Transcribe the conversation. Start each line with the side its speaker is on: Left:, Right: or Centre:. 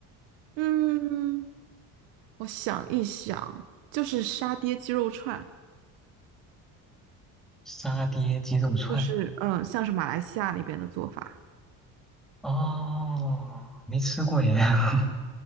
Right: 嗯，我想一想，就是沙爹鸡肉串，
Centre: 沙爹鸡肉串。
Right: 就是嗯，像是马来西亚那边的做法，
Centre: 哦，没吃过耶，<laughs>